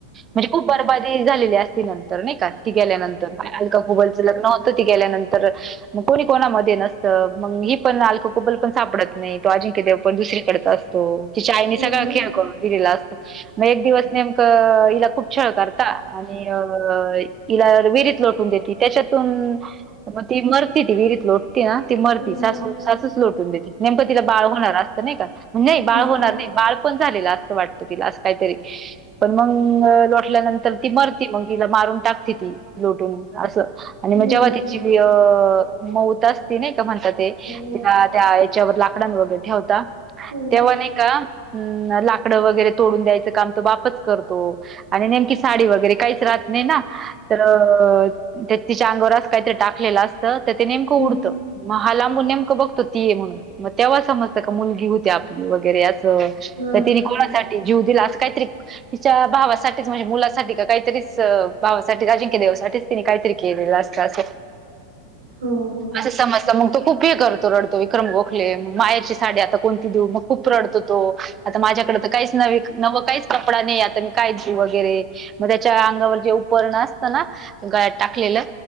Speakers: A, on the right; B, on the right.
A: म्हणजे खूप बार बादी झालेली असती नंतर, नाही का. ती गेल्यानंतर अलका कुबलचं लग्न होतं ती गेल्यानंतर मग कोणी कोणामध्ये नसतं, मग ही पण अलका कुबल पण सापडत नाही, तो अजिंक्य देव पण दुसरीकडं च. असतो, तिच्या आईनी
B: हा हा हा हा हम्म
A: सगळा खेळ करून दिलेला असतो. मग एक दिवस नेमकं हिला खूप छळ करता, आणि अ हिला विहिरीत लोटून देत. त्याच्यातून, मग ती मरती ती विहिरीत लोट. त ना, ती मरती
B: हम्म
A: सासू, सासूच लोटून देते, नेमकं तिला बाळ होणार असतं नाही का. नाही, बाळ
B: हो
A: होणार नाही, बाळ पण झालेला असतं वाटत तिला, असं काहीतरी. पण मग लोटल्यानंतर ती मरती मग, तिला मारून टाकते ती लोटून, असं,
B: हो
A: आणि मग जेव्हा
B: हो
A: तिची अऽ मौत असते नाही का, म्हणतात तेऽ
B: हो
A: त्या याच्यावर लाकडांवर वगैरे ठेवता,
B: हम्म
A: तेव्हा नाही का, अंऽलाकड वगैरे. तोडून द्यायचं काम तो बापच करतो, आणि नेमकी साडी वगैरे काहीच राहत नाही ना, तर, तिच्या अंगावर आसं काहीतरी टाकलेलं असतं, तर ते नेमकं
B: हम्म
A: उडतं, मग हा लांबून नेमकं बघतो ती ये म्हणून, मग तेव्हा समजतं का मुलगी होती आपली, वगैरे अस. तर
B: हा
A: तिने कोणासाठी जीव दिला असं काहीतरीऽ तिच्या भावासाठीच म्हणजे मुलासाठी का काहीतरीच, भावासाठी अजिंक्य देेवासाठीच, तिने काहीतिरी केलेलं असतं, आसं,
B: हो,
A: असं समजत, मग तो खूप हे करतो, रडतो, विक्रम गोखले, मग मायरची साडी आता कोणती देऊ मग, खूप रडतो तो, आता माझ्याकड तर काहीच नवे नवं काहीच कपडा नाही, आता मी काय घेऊ वगैरे, मग त्याच्या अंगावर जे उपरण असतं ना, गळ्यात टाकलेलं.